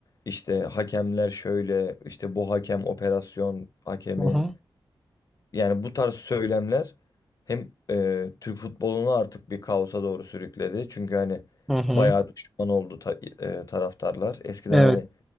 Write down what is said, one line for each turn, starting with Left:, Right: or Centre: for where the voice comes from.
Left: İşte hakemler şöyle, işte bu hakem operasyon hakemi.
Centre: hı hı,
Left: Yani bu tarz söylemler hem e, Türk futbolunu artık bir kaosa doğru sürükledi. Çünkü hani
Centre: hı hı.
Left: bayağı düşman oldu ta- e, taraftarlar. Eskiden
Centre: Evet.
Left: hani